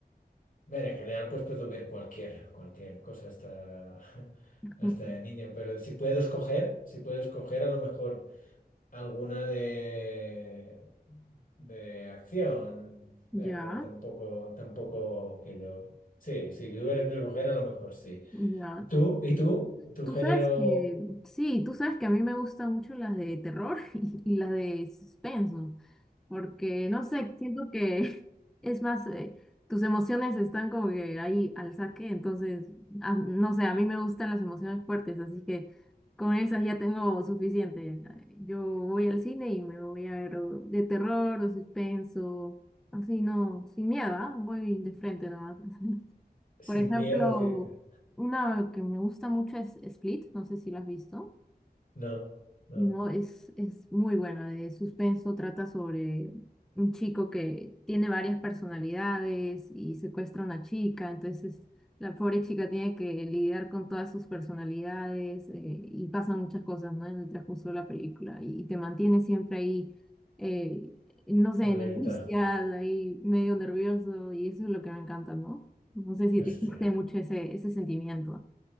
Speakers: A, on the left; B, in the centre.
A: ver, en general pues puedo ver cualquier, cualquier cosa hasta, <laughs>
B: <laughs>
A: hasta de niño, pero si puedo escoger, si puedo escoger a lo mejor alguna de, de acción,
B: Ya,
A: eh, pero tampoco, tampoco que yo... Sí, si tuviera que escoger a lo mejor sí.
B: ya.
A: ¿Tú? ¿Y tú? ¿Tu
B: Tú
A: género
B: sabes que, sí, tú sabes que a mí me gustan mucho las de terror <laughs> y, y las de suspenso, porque no sé, siento que <laughs> es más, eh, tus emociones están como que ahí al saque, entonces, ah, no sé, a mí me gustan las emociones fuertes, así que con esas ya tengo suficiente. Yo voy al cine y me voy a ver o de terror, de suspenso, así no, sin miedo, ¿ah? Voy de frente nomás.
A: sin
B: Por ejemplo,
A: miedo, dice?
B: una que me gusta mucho es Split, no sé si la has visto.
A: No, no,
B: No, es, es muy bueno. De suspenso trata sobre un chico que tiene varias personalidades y secuestra a una chica. Entonces, la pobre chica tiene que lidiar con todas sus personalidades eh, y pasan muchas cosas, ¿no? En el transcurso de la película y, y te mantiene siempre ahí, eh, no sé,
A: alerta.
B: en angustias, ahí medio nervioso y eso es lo que me encanta, ¿no? No sé si
A: Hostia.
B: te guste mucho ese, ese sentimiento.